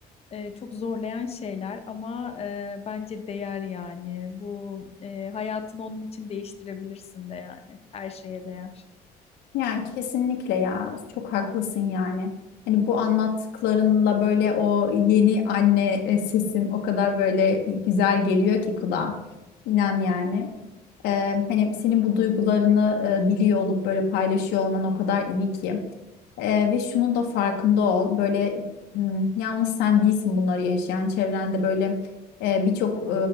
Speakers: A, on the left; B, on the left.
A: e, çok zorlayan şeyler ama e, bence değer yani. Bu e, hayatını onun için değiştirebilirsin de yani. Her şeye değer.
B: Yani kesinlikle ya çok haklısın yani. Hani bu anlattıklarınla böyle o yeni anne e, sesin o kadar böyle güzel geliyor ki kulağa. İnan yani. Ee, hani senin bu duygularını e, biliyor olup böyle paylaşıyor olman o kadar iyi ki. Ee, ve şunun da farkında ol. Böyle m, yalnız sen değilsin bunları yaşayan. Çevrende böyle e, birçok e,